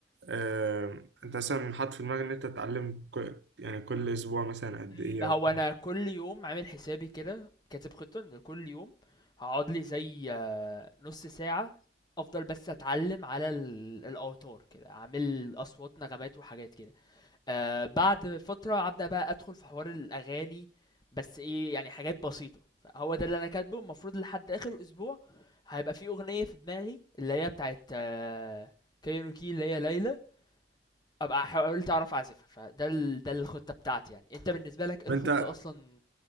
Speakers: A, on the right; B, on the left.
A: اه انت مثلا حاطط في دماغك ان انت تتعلم كل يعني كل اسبوع مثلا قد
B: أمم،
A: ايه
B: هو
A: او طب
B: انا كل يوم عامل حسابي كده كاتب خطه ان كل يوم هقعد لي زي آه، نص ساعه افضل بس اتعلم على ال- الاوتار كده اعمل اصوات نغمات وحاجات كده آه بعد فترة أبدأ بقى أدخل في حوار الأغاني بس إيه يعني حاجات بسيطة فهو ده اللي أنا كاتبه المفروض لحد آخر أسبوع هيبقى في أغنية في دماغي اللي هي بتاعت آه كايروكي اللي هي ليلى أبقى حاولت أعرف أعزفها فده ال... ده الخطة بتاعتي يعني أنت بالنسبة لك إيه
A: انت
B: الخطة أصلا